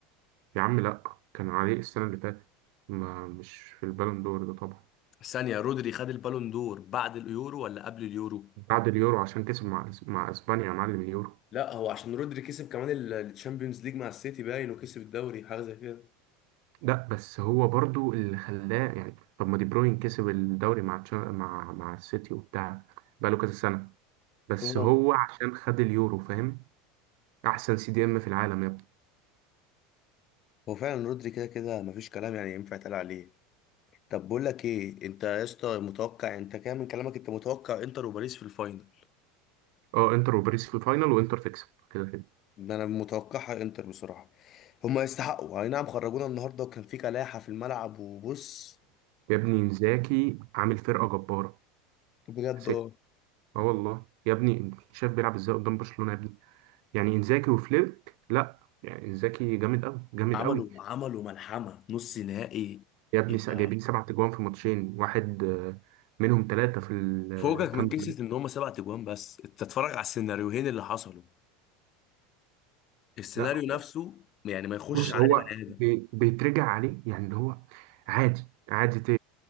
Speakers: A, on the right (about 55°); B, on the left (about 40°).
A: يا عم لا كان عليه السنه اللي فاتت ما مش في البالون دور ده طبعا
B: ثانية رودري خد البالون دور بعد اليورو ولا قبل اليورو
A: بعد اليورو عشان كسب مع مع اسبانيا يا معلم اليورو
B: لا هو عشان رودري كسب كمان الشامبيونز ليج مع السيتي باين وكسب الدوري حاجه زي كده
A: لا بس هو برضو اللي خلاه يعني طب ما دي بروين كسب الدوري مع تشا- مع مع السيتي وبتاع بقاله كذا سنة بس
B: اه
A: هو عشان خد اليورو فاهم احسن سي دي ام في العالم يا ابني
B: هو فعلا رودري كده كده مفيش كلام يعني ينفع يتقال عليه طب بقول لك ايه انت يا اسطى متوقع انت كده من كلامك انت متوقع انتر وباريس في الفاينل
A: اه انتر وباريس في الفاينل وانتر تكسب كده كده
B: ده انا متوقعها انتر بصراحه هما يستحقوا اي نعم خرجونا النهارده وكان في كلاحه في الملعب وبص
A: يا ابني انزاكي عامل فرقة جبارة
B: بجد
A: سي-
B: اه
A: اه والله يا ابني انت شايف بيلعب ازاي قدام برشلونة يا ابني يعني انزاكي وفليك لا يعني انزاكي جامد قوي جامد
B: عملوا
A: قوي
B: عملوا ملحمة نص نهائي
A: يا ابني
B: يبقى
A: س- جايبين سبع تجوان في ماتشين واحد آه، منهم ثلاثة في الكامب
B: فوقك من قصة
A: نو
B: ان هما سبع تجوان بس انت اتفرج على السيناريوهين اللي حصلوا السيناريو
A: لا هو-
B: نفسه يعني ما يخشش
A: بص
B: عقل
A: هو
B: بني ادم
A: بي- بيترجع عليه يعني اللي هو عادي عادي ت-